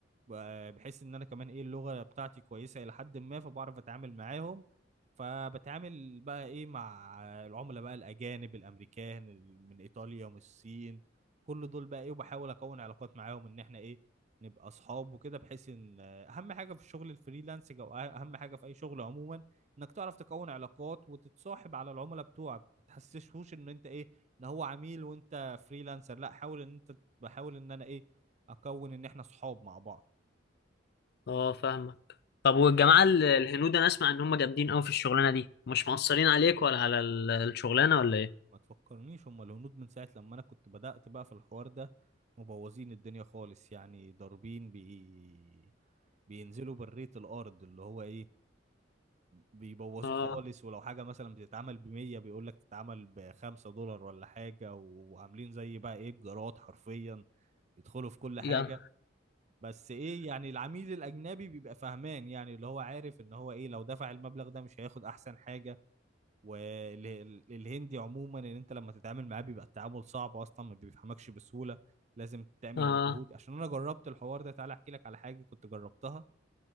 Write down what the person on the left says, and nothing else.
اه فاهمك طب والجماعة ال- الهنود انا اسمع ان هم جامدين قوي في الشغلانة دي مش مقصرين عليك ولا على ال- الشغلانة ولا ايه
اه
يعني
اه